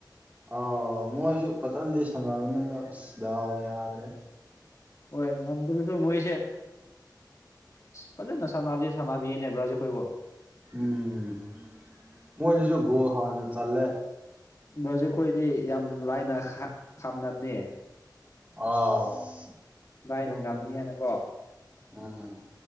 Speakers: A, on the right; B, on the left.
A: ꯑꯥꯎ ꯃꯣꯏꯖꯨ‌ ꯐꯖꯅꯗꯤ ꯁꯥꯟꯅꯕꯅꯤ ꯑꯗꫭ ꯑꯁ ꯗꯥꯎ ꯌꯥꯗ꯭ꯔꯦ
B: ꯍꯣꯏ ꯉꯝꯗ꯭ꯔꯁꯨ ꯃꯣꯏꯁꯦ ꯐꯖꯅ ꯁꯥꯟꯅꯁꯡꯖꯦ ꯁꯥꯟꯅꯕꯤꯌꯦꯅꯦ ꯕ꯭ꯔꯥꯖꯤꯜ ꯈꯣꯏꯕꯣ
A: ꯎꯝ ꯃꯣꯏꯗꯨꯁꯨ ꯒꯣꯜ ꯍꯥꯟꯅ ꯆꯜꯂꯦ
B: ꯕ꯭ꯔꯖꯤꯜ ꯑꯩꯈꯣꯏꯗꯤ ꯌꯥꯝ ꯂꯥꯏꯅ ꯈꯝꯅꯝꯅꯦ
A: ꯑꯣ
B: ꯂꯥꯏꯅ
A: ꯑꯗꯨ
B: ꯉꯝꯅꯤ
A: ꯅꯪ
B: ꯍꯥꯏꯅꯀꯣ
A: ꯎꯝ